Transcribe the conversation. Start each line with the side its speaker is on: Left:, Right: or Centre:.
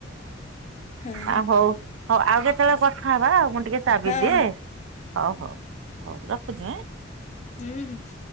Left: ହଁ ହଁ।
Right: ଆ ହଉ ହଉ ଆଉ କେତେବେଳେ କଥା ହବାଉ ମୁଁ ଟିକେ ଚା ପିଦିଏ
Left: ହଉ
Right: ହଉ ହଉ। ହଉ ରଖୁଛି।
Left: ହୁଁ ହୁଁ।